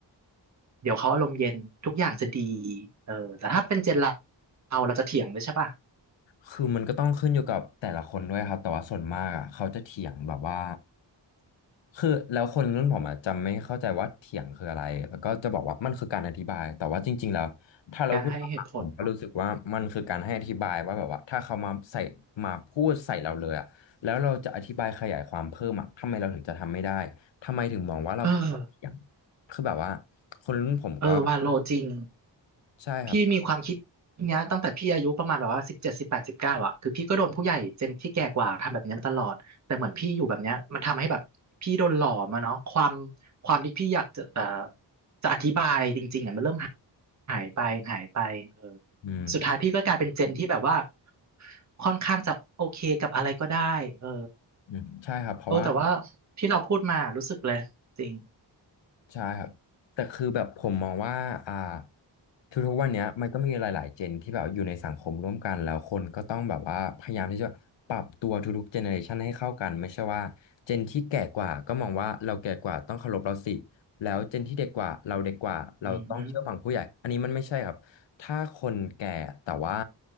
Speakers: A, on the right; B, on the left.
A: เดี๋ยวเขาอารมณ์เย็นทุกอย่างจะดีเออแต่ถ้าเป็นเจนเรา เราจะเถียงเลยใช่ป่ะ
B: คือมันก็ต้องขึ้นอยู่กับแต่ละคนด้วยครับ แต่ว่าส่วนมากอ่ะเขาจะเถียงแบบว่าคือแล้วคนรุ่นผมอ่ะจะไม่เข้าใจว่าเถียงคืออะไรแล้วก็จะบอกว่ามันคือการอธิบายแต่ว่าจริงๆแล้วถ้าเราพูดตามหลักผมก็รู้สึกว่ามันคือการให้อธิบายว่าแบบว่าถ้าเขามาใส่มาพูดใส่เราเลยอ่ะแล้วเราจะอธิบายขยายความเพิ่มอ่ะทำไมเราถึงจะทำไม่ได้ทำไมถึงมองว่าเราเถียง
A: การให้เหตุผลเนาะเออ
B: คือแบบว่าคนรุ่นผมก็
A: เออว่าโลจริง
B: ใช่ครับ
A: พี่มีความคิดเนี้ยตั้งแต่พี่อายุประมาณแบบว่าสิบเจ็ดสิบแปดสิบเก้าอะคือพี่ก็โดนผู้ใหญ่เจนที่แก่กว่าทำแบบเนี้ยมาตลอดแต่เหมือนพี่อยู่แบบเนี้ยมันทำให้แบบพี่โดนหล่อมาเนาะความความที่พี่อยากจะแต่จะอธิบายจริงๆอะมันเริ่มหายไปหายไปเออ
B: อืมใช่
A: สุดท้ายพี่ก็กลายเป็นเจนที่แบบว่าค่อนข้างจะโอเคกับอะไรก็ได้เออ
B: อืมใช่ครับเพราะว่า
A: โอ้แต่ว่าที่เราพูดมารู้สึกเลยจริง
B: ใช่ครับแต่คือแบบผมมองว่าอ่าทุกๆวันเนี้ยมันก็มีหลายๆเจนที่แบบอยู่ในสังคมร่วมกันแล้วคนก็ต้องแบบว่าพยายามที่จะปรับตัวทุกๆเจเนอเรชันให้เข้ากันไม่ใช่ว่าเจนที่แก่กว่าก็มองว่าเราแก่กว่าต้องเคารพเราสิแล้วเจนที่เด็กกว่าเราเด็กกว่าเราต้องเชื่อฟังผู้ใหญ่อันนี้มันไม่ใช่ครับถ้าคนแก่แต่ว่า
A: อืมฮึ